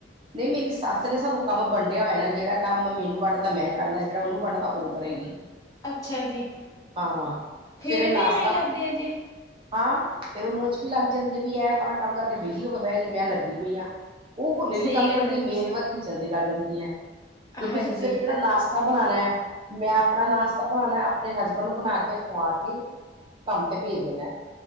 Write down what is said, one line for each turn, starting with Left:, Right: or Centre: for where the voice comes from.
Right: ਨਈ ਮੇਰੀ ਸੱਸ ਨੇ ਸਾਨੂੰ ਕੰਮ ਵੰਡਿਆ ਹੋਇਆ ਨਾ ਜੇੜਾ ਕੰਮ ਮੈਨੂੰ ਵੰਡਤਾਂ ਮੈਂ ਕਰਨਾ ਜਿਹੜਾ ਓਹਨੂੰ ਵੰਡਤਾਂ ਓ ਕਰੇਗੀ,
Left: ਅੱਛਾ ਜੀ।
Right: ਹਾਂ
Left: ਫੇਰ
Right: ਸਵੇਰੇ ਨਾਸ਼ਤਾ
Left: ਵੀ ਐਏਂ ਕਰਦੇ ਆ ਜੀ।
Right: ਹਾਂ ਫਿਰ ਓਨੂੰ ਅਚਬੀ ਲੱਗ ਜਾਂਦੀ ਏ ਬਈ ਐ ਅਪਣਾ ਕੰਮ ਕਰਕੇ ਵੇਲੀ ਹੋ ਕੇ ਬੈ ਗੀ ਮੈਂ ਲੱਗੀ ਪਈ ਆਂ। ਓ ਹੋਲੀ-ਹੋਲੀ
Left: ਸਹੀ
Right: ਕੰਮ
Left: ਗੱਲ
Right: ਕਰਦੀ
Left: ਹੈ ਜੀ।
Right: ਮੇਰੇ ਵਰਗੀ ਜਲਦੀ ਕਰ ਦੇਂਦੀ ਐ ਕਿਉਂਕਿ
Left: ਹਾਂਜੀ।
Right: ਅਸੀਂ ਸਵੇਰੇ ਦਾ ਨਾਸ਼ਤਾ ਤਾ ਬਣਾਣਾ ਐ ਮੈਂ ਆਪਣਾ ਨਾਸ਼ਤਾ ਬਣਾਣਾ ਐ, ਆਪਣੇ ਹਸਬੈਂਡ ਨੂੰ ਬਣਾ ਕੇ ਖਵਾ ਕੇ ਕੰਮ ਤੇ ਭੇਜਨਾ ਐ।